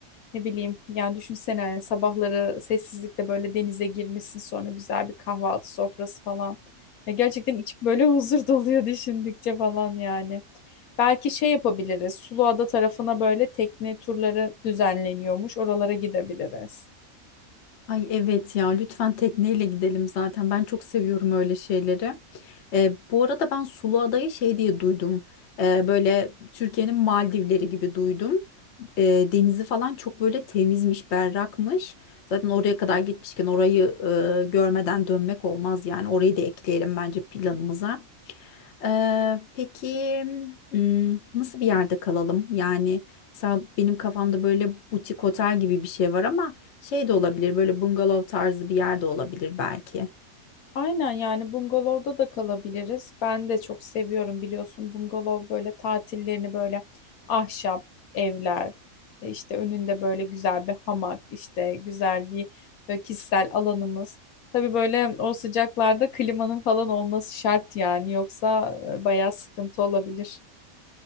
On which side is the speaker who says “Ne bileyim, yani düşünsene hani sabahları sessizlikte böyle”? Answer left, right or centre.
Left